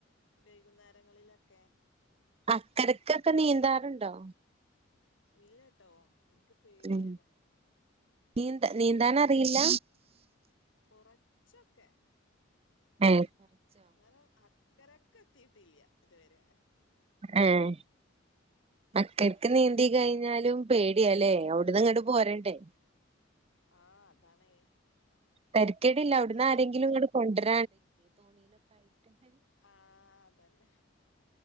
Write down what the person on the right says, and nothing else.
അക്കരക്കൊക്കെ നീന്താറുണ്ടോ
ഉം നീന്ത നീന്താനറിയില്ല
ഉം
ഉം അക്കരക്ക് നീന്തി കഴിഞ്ഞാലും പേടിയാല്ലേ അവിട്ന്ന് ഇങ്ങട് പോരണ്ടേ
തരിക്കേടില്ല
അവിടന്ന് ആരെങ്കിലും ഇങ്ങട് കൊണ്ടര